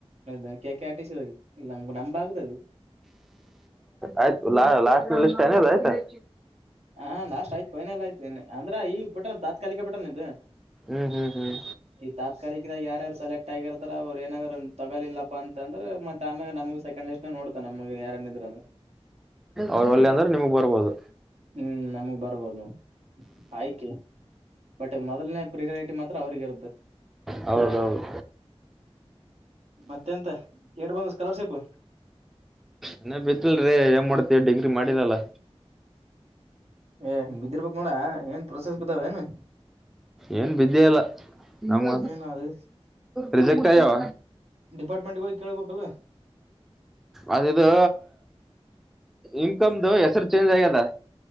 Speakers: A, on the right; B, in the centre.
A: ಹ ಕೇಕೆ ಆಟಿಸ ಇಲ್ಲ ನಮಗು ನಂಬ ಆಗತದು
B: ಆಯ್ತು ಲಾ ಲಾಸ್ಟ್ ನ ಲಿಸ್ಟ ಏನದ ಆಯ್ತಾಯ
A: ಹಾ ಲಾಸ್ಟ್ ಆಯ್ತು ಫೖನಲ್ಲ್ ಆಯ್ತ ಅಂದ್ರ ಈಗ ಬಟನ್ ತಾತ್ಕಾಲಿಕ ಬಟನ್ ಇದು.
B: ಹ್ಮ್ ಹ್ಮ್ ಹ್ಮ್
A: ಈ ತಾತ್ಕಾಲಿಕದಾಗ ಯಾರ್ಯಾರು ಸೆಲೆಕ್ಟ್ ಆಗಿರ್ತಾರ ಅವ್ರು ಏನಾದ್ರು ತಗೋಲಿಲ್ಲ. ಪ್ಪ ಅಂತಂದ್ರೆ ಮತ್ ಆಮೇಲೆ ನಮಗೆ ಸೆಕಂಡ್ ಇತ್ ನೋಡ್ತ ನಮ್ ಯಾರನಿದ್ರು ಅಂದ್ರ.
B: ಅವರೊಲ್ಲೆ ಅಂದ್ರೆ ನಿಮಗ್ ಬರ್ಬೋದು.
A: ಹ್ಮ್ ನಮ್ಗ್ ಬರ್ಬೋದು ಆಯ್ಕೆ. ಬಟ್ ಮೊದಲ್ನೇ ಪ್ರಿಯಾರ್ಟಿಟಿ ಮಾತ್ರ ಅವ್ರಗ ಇರ್ತದ್.
B: ಹೌದೌದು
A: ಮತ್ತೆಂತ ಏಟ್ ಬಂತು ಸ್ಕಾಲರ್ಶಿಪ್ಪು.
B: ಇನ್ನ ಬಿತ್ತಿಲ್ರಿ ಏನ್ ಮಾಡತಿ ಡಿಗ್ರಿ ಮಾಡಿಲ್ಲಲ್ಲ.
A: ಏ ಬಿದ್ದಿರ್ಬೇಕ್ ನೋಡ ಏನ್ ಪ್ರೋಸೆಸ್ ಬಿದ್ದಾವೇನು.
B: ಏನ್ ಬಿದ್ದೆ ಇಲ್ಲ ನಮ್
A: ಏನ್ ಅದು
B: ರಜೆಕ್ಟ್ ಅಯ್ಯಾವ.
A: ಡಿಪಾರ್ಟ್ಮೆಂಟ್ಗೋಗಿ ಕೇಳ್ಬೇಕಲ್ಲ.
B: ಅದಿದು ಇನ್ಕಮ್ದು ಹೆಸರ್ ಚೇಂಜ್ ಆಗ್ಯದ.